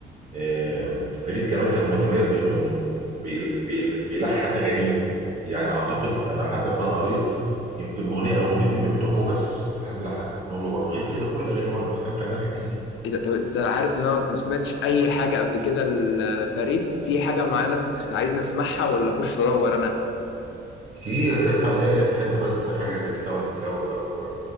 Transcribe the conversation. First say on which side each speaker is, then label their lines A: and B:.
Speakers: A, on the right; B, on the left.
A: آه فريد كمان كان متميز بانه بيل بيل بيلحن اغانيه يعني اعتقد انا حسب ما انا قريت يمكن اغنيه او اغنيتين من بتوعه بس حد لحنهم له بره غير كده كل اغانيه هو اللي- فكان فنان حقيقي
B: إيه ده؟ طب أنت عارف إن أنا ما سمعتش أي حاجة قبل كده لفريد في حاجة معينة عايزني أسمعها ولا أخش أدور أنا؟
A: كتير اصحى ايه، افتح انت بس حاجه زي الساوند كلاود او